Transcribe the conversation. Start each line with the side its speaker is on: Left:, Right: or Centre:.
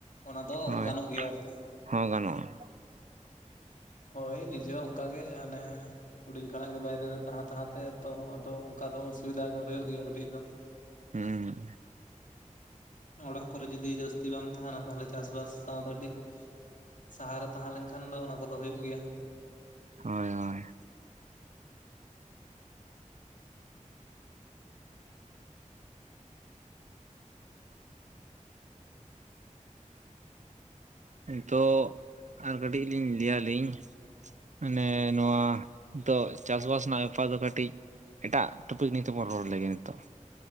Left: ᱚᱱᱟ ᱫᱚ
Right: ᱦᱳᱭ
Left: ᱜᱟᱱᱚᱜ ᱜᱮᱭᱟ ᱟᱨᱠᱤ ᱾
Right: ᱦᱚᱸ ᱜᱟᱱᱚᱜᱼᱟ᱾
Left: ᱦᱳᱭ ᱱᱤᱡᱮ ᱦᱚᱸ ᱚᱱᱠᱟ ᱜᱮ ᱦᱟᱱᱮ ᱦᱩᱰᱤᱧ ᱠᱷᱚᱱᱟᱜ ᱜᱮ ᱵᱟᱭᱨᱮ ᱨᱮ ᱛᱟᱦᱮᱸ ᱛᱟᱦᱮᱸ ᱛᱮ ᱛᱚ ᱟᱫᱚ ᱚᱠᱟ ᱫᱚ ᱚᱥᱩᱵᱤᱫᱷᱟ ᱫᱚ ᱦᱳᱭᱳᱜ ᱜᱮᱭᱟ ᱠᱟᱹᱴᱤᱡ ᱫᱚ ᱾
Right: ᱦᱩᱸ
Left: ᱚᱲᱟᱜ ᱠᱚᱨᱮ ᱡᱩᱫᱤ ᱡᱟᱹᱥᱛᱤ ᱵᱟᱢ ᱛᱟᱦᱟᱱᱟ ᱛᱟᱦᱚᱞᱮ ᱪᱟᱥᱵᱟᱥ ᱥᱟᱶ ᱫᱚ ᱠᱟᱹᱴᱤᱡ ᱥᱟᱦᱟᱣ ᱨᱮ ᱛᱟᱦᱮᱸ ᱞᱮᱱᱠᱷᱟᱱ ᱫᱚ ᱚᱱᱟ ᱠᱚᱫᱚ ᱦᱳᱭᱳᱜ ᱜᱮᱭᱟ ᱾
Right: ᱦᱚᱭ ᱦᱚᱭ ᱦᱤᱛᱚᱜ ᱟᱨ ᱠᱟᱹᱴᱤᱜ ᱞᱤᱧ ᱞᱟᱹᱭᱟᱞᱤᱧ ᱾ ᱢᱟᱱᱮ ᱱᱚᱣᱟ ᱛᱚᱜ ᱪᱟᱥᱵᱟᱥ ᱨᱮᱱᱟᱜ ᱟᱞᱯᱷᱟ ᱫᱚ ᱠᱟᱹᱴᱤᱡ ᱮᱴᱟᱜ ᱴᱚᱯᱤᱠ ᱱᱤᱭᱮᱛᱮᱵᱚᱱ ᱨᱚᱲ ᱞᱮᱜᱮ ᱱᱤᱛᱚᱜ᱾